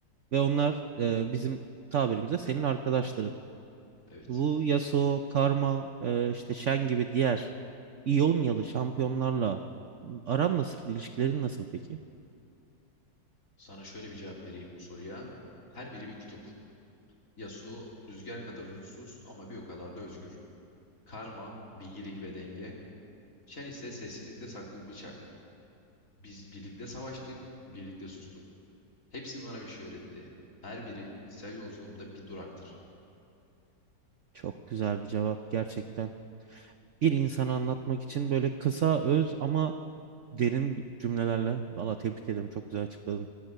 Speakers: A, on the right; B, on the left.
A: ve onlar e, bizim tabirimize senin arkadaşların.
B: Evet.
A: Bu Yasuo, Karma, e, işte Shen gibi diğer İyonyalı şampiyonlarla aran nasıl, ilişkilerin nasıl peki?
B: Sana şöyle bir cevap vereyim bu soruya. Her biri bir kutup. Yasuo rüzgar kadar huzursuz ama bir o kadar da özgür. Karma, bilgilik ve denge. Şen ise sessizlikte saklı bir bıçak. Biz birlikte savaştık, birlikte sustuk. Hepsi bana bir şey öğretti. Her biri içsel yolculuğumda bir duraktır.
A: Çok güzel bir cevap gerçekten. Bir insanı anlatmak için böyle kısa, öz ama derin bir- cümlelerle. Valla tebrik ederim çok güzel açıkladın.